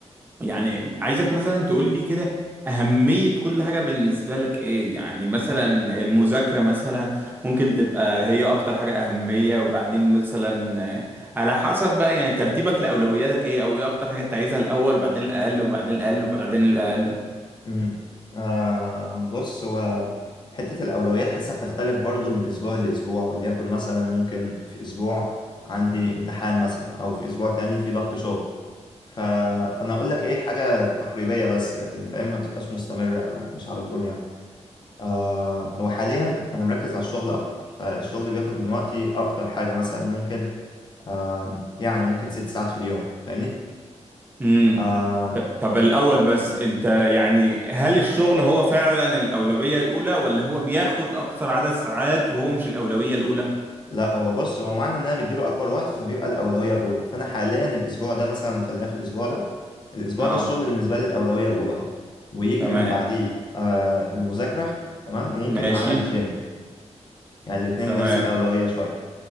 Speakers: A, on the right; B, on the left.
A: يعني عايزك مثلا تقول لي كده أهمية كل حاجة بالنسبة لك إيه يعني مثلا المذاكرة مثلا ممكن تبقى هي أكتر حاجة أهمية وبعدين مثلا آه، على حسب بقى يعني ترتيبك لأولوياتك إيه أو إيه أكتر حاجة أنت عايزها الأول وبعدين الأقل وبعدين الأقل وبعدين الأقل
B: امم آه بص هو حتة الأولويات حاسة بتختلف برضو من أسبوع لأسبوع وليكن مثلا ممكن في أسبوع عندي امتحان مثلا أو في أسبوع تاني في ضغط شغل ف... فأنا أقول لك إيه حاجة تقريبية بس لكن فاهم ما بتبقاش مستمرة أو مش على طول يعني آه وحاليا أنا مركز على الشغل أكتر فالشغل بياخد من وقتي أكتر حاجة مثلا ممكن آه يعني ممكن ست ساعات في اليوم فاهمني؟
A: امم
B: آه،
A: طب الأول بس أنت يعني هل الشغل هو فعلا الأولوية الأولى ولا هو بياخد أكتر عدد ساعات وهو مش الأولوية الأولى؟
B: لا هو بص هو معنى ان انا مديله اكبر وقت فبيبقى الاولويه الاولى فانا حاليا الاسبوع ده مثلا خلينا في الاسبوع ده الاسبوع
A: آه
B: ده الشغل بالنسبه لي الاولويه الاولى اه ويجي
A: تمام
B: من بعديه آه المذاكره تمام وممكن
A: ماشي
B: معاها الجيم يعني الاتنين
A: تمام
B: نفس الاولويه شويه